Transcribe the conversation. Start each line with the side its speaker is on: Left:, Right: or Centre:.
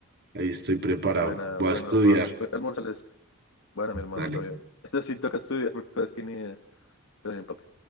Right: ahí estoy preparado.
Left: Buena,
Right: Voy
Left: buena,
Right: a estudiar.
Left: Pablo. Voy a almorzarles. Buena, mi hermano,
Right: Dale.
Left: todo bien. Esto sí toca estudiar porque es que ni idea. Todo bien, papi.